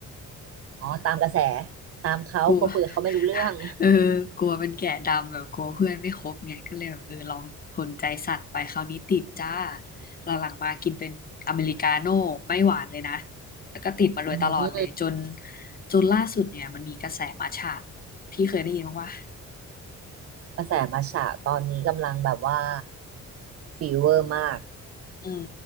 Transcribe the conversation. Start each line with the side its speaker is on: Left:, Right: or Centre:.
Right: อ๋อตามกระแสตามเขาก็คุยกับเขาไม่รู้เรื่อง
Left: กลัว <laughs> เออกลัวเป็นแก่ดำแบบกลัวเพื่อนไม่ครบไงก็เลยแบบเออลองทนใจสั่นไปคราวนี้ติดจ้าหลังๆมากินเป็นอเมริกาโน่ไม่หวานเลยนะแล้วก็ติดมาโดยตลอดเลยจน
Right: อืม
Left: จนล่าสุดเนี่ยมันมีกระแสมัทฉะพี่เคยได้ยินบ้างวะ
Right: กระแสมัทฉะตอนนี้กำลังแบบว่าฟีเวอร์มาก
Left: อืม